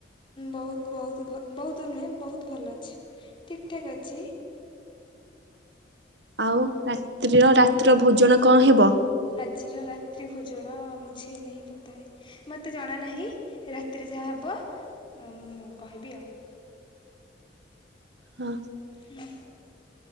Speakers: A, on the left; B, on the right.
A: ବୋହୁତ୍ ବୋହୁତ୍, ଭ- ବୋହୁତ୍ ନୁହେଁ ବୋହୁତ୍ ଭଲ ଅଛି। ଠିକ୍ ଠାକ୍ ଅଛି।
B: ଆଉ ରାତ୍ରିର ରାତ୍ରି ଭୋଜନ କଣ ହେବ?
A: ଆଜିର ରାତ୍ରି ଭୋଜନ ମୁଝେ ନେହି ପତାହେ। ମୋତେ ଜଣା ନାହିଁ ରାତିରେ ଯାହାହବ ମୁଁ କହିବି ଆଉ।
B: ହଁ
A: ହୁଁ।